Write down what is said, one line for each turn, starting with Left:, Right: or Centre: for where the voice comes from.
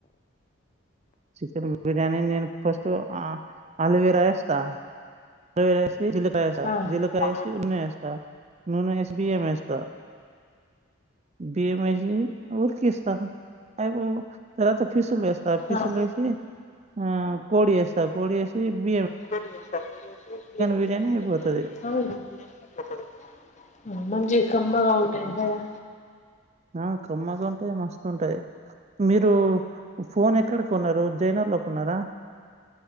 Right: చికెన్ బిర్యానీ నేన్ ఫస్టు ఆ ఆలువేరా ఏస్తా ఆలువేర ఎసి జీల్లుకాయ్ ఏస్స
Left: ఆ
Right: జీల్లుకాయ్
Left: ఆ
Right: ఏసి నూనా ఏస్తా నూనె ఏసి బియ్యం వేస్తా <inaudible> బియ్యమేసీ ఊకీస్త అయిపో తర్వత ఫిస్సులేస్తబ్ ఫిస్సులేసి
Left: ఆ
Right: ఆ కోడి ఏసా కోడి ఏసి బీ
Left: కోడి ఎస్తా కోడి ఏసీ బియ్యం వేస్తా
Right: బిర్యానీ
Left: మళ్ళీ
Right: అయిపోతుంది
Left: ఔనా బిర్యానీ ఐపోతది హ్మ్ మంజీగ్ కమ్మాగా ఉంటది గదా
Right: ఆ కమ్మగుంటాది మస్తు ఉంటాది మీరు ఫో ఫోన్ ఎక్కడక కొన్నరు జేనా లో కోన్నర